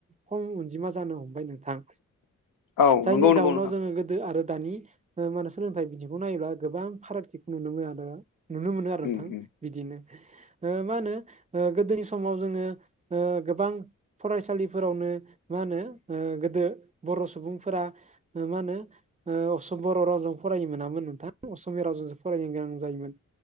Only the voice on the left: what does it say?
<inaudible>
नंगौ नंगौ
नोंथां
उम
उम